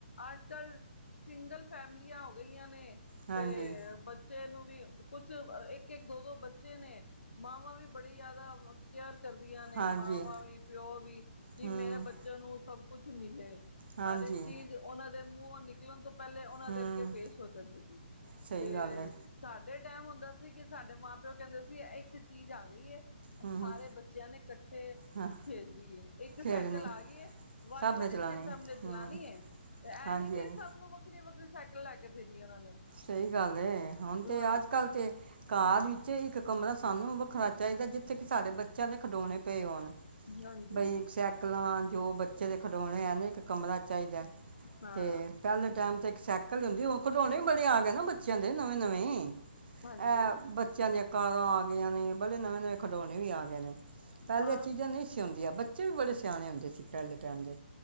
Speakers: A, on the left; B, on the right.
A: ਅੱਜ ਕੱਲ ਸਿੰਗਲ ਫੈਮਲੀਆਂ ਹੋ ਗਈਆਂ ਨੇ
B: ਹਾਂਜੀ
A: ਤੇ- ਬੱਚੇ ਨੂੰ ਵੀ ਕੁਛ ਇੱਕ ਇੱਕ ਦੋ ਦੋ ਬੱਚੇ ਨੇ ਮਾਵਾਂ ਵੀ ਬੜੀ ਜਿਆਦਾ ਕੇਅਰ ਕਰਦੀਆਂ ਨੇ
B: ਹਾਂਜੀ
A: ਮਾਵਾਂ ਵੀ ਪਿਓ ਵੀ ਕਿ
B: ਹੂੰ
A: ਮੇਰੇ ਬੱਚਿਆਂ ਨੂੰ ਸਭ ਕੁਛ ਮਿਲੇ।
B: ਹਾਂਜੀ
A: ਹਰ ਇੱਕ ਚੀਜ਼ ਉਹਨਾਂ ਦੇ ਮੂੰਹੋਂ ਨ ਉਹ ਤੋਂ ਪਹਿਲੇ ਉਹਨਾਂ
B: ਹੂੰ
A: ਦੇ ਅੱਗੇ ਪੇਸ਼ ਹੋ ਜਾਂਦੇ ਸੀ।
B: ਸਹੀ
A: ਤੇ
B: ਗੱਲ ਹੈ
A: ਸਾਡੇ ਟਾਈਮ ਹੁੰਦਾ ਸੀ ਕਿ ਸਾਡੇ ਮਾਂ ਪਿਓ ਕਹਿੰਦੇ ਸੀ ਇੱਕ ਚੀਜ਼ ਆ ਗਈ ਹੈ।
B: ਹੂੰ
A: ਸਾਰੇ ਬੱਚਿਆਂ ਨੇ ਇਕੱਠੇ
B: ਹਾਂ
A: ਖੇਲਨੀ ਇੱਕ
B: ਖੇਡਣੀ
A: ਸਾਈਕਲ ਆ ਗਈ ਹੈ। ਵਾਰੀ
B: ਸਭ
A: ਵਾਰੀ
B: ਨੇ ਚਲਾਉਣੀ
A: ਸਭ ਨੇ ਚਲਾਣੀ
B: ਹੂੰ
A: ਹੈ। ਤੇ ਇਹ
B: ਹਾਂਜੀ
A: ਨੀ ਕਿ
B: ਹਾਂਜੀ
A: ਸਭ ਨੂੰ ਵੱਖਰੀਆਂ ਵੱਖਰੀ ਸਾਈਕਲ ਲੈ ਕੇ ਦੇਣੀ ਉਹਨਾਂ ਨੇ
B: ਸਹੀ ਗੱਲ ਏ। ਹੁਣ ਤੇ
A: ਹਾਂ
B: ਅੱਜ ਕੱਲ ਤੇ ਕਾਰ ਵਿੱਚ ਇੱਕ ਕਮਰਾ ਸਾਨੂੰ ਵੱਖਰਾ ਚਾਹੀਦਾ। ਜਿੱਥੇ ਕਿ ਸਾਡੇ ਬੱਚਿਆਂ ਦੇ ਖਿਡੌਣੇ ਪਏ ਹੋਣ।
A: ਹਾਂਜੀ
B: ਬਈ ਸਾਈਕਲਾਂ ਜੋ ਬੱਚੇ ਦੇ ਖਿਡੋਣੇ ਹੈ ਨਾ ਇੱਕ ਕਮਰਾ ਚਾਹੀਦਾ।
A: ਹਾਂ
B: ਤੇ ਪਹਿਲੇ ਟਾਈਮ ਤੇ ਏਕ ਸਾਇਕਲ ਹੋਂਦੀ ਹੁਣ ਖਿਡੌਣੇ ਤੇ ਆ ਗਏ ਨਾ ਬੱਚਿਆਂ ਦੇ ਨਵੇਂ ਨਵੇਂ
A: ਹਾਂਜੀ
B: ਅਹ ਬ ਬਚਿਆ ਦਿਆ ਕਾਰਾ ਆ ਗਈਆਂ ਨੇ ਬੜੇ ਨਵੇਂ ਨਵੇਂ ਖਿਡੌਣੇ ਵੀ ਆ ਗਏ ਨੇ ਪਹਿਲੇ
A: ਹਾਂ
B: ਇਹ ਚੀਜ਼ਾਂ ਨਹੀਂ ਸੀ ਹੋਦੀਆਂ ਬੱਚੇ ਵੀ ਬੜੇ ਸਿਆਣੇ ਹੁੰਦੇ ਸੀ ਪਹਲੇ ਟਾਈਮ ਦੇ